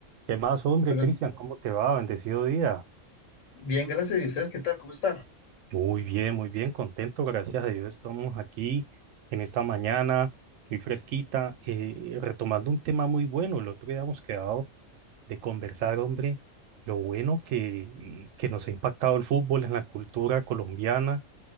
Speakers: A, on the right (about 80°); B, on the left (about 70°).
A: ¿Qué más, hombre,
B: Bueno,
A: Cristian? ¿Cómo te va? Bendecido día.
B: bien, gracias. ¿Y ustedes qué tal? ¿Cómo está?
A: Muy bien, muy bien, contento, gracias a Dios. Estamos aquí en esta mañana, muy fresquita, eh, retomando un tema muy bueno. El otro día hemos quedado de conversar, hombre, lo bueno que, que nos ha impactado el fútbol en la cultura colombiana